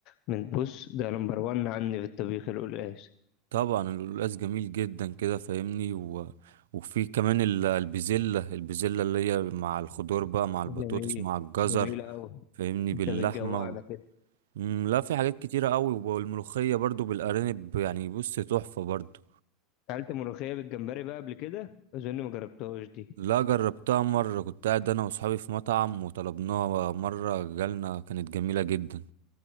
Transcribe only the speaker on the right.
طبعا القلقاس جميل جدا كده فاهمني و... وفي كمان ال- البزلة البزلة اللي هي مع الخضار بقى مع البطاطس
مع الجزر
فاهمني باللحمة
و...
مم، لا في حاجات كتيرة قوي والملوخية برضو بالأرانب يعني بص تحفة برضو
لا جربتها مرة كنت قاعد أنا وأصحابي في مطعم وطلبناها مرة جالنا كانت جميلة جدا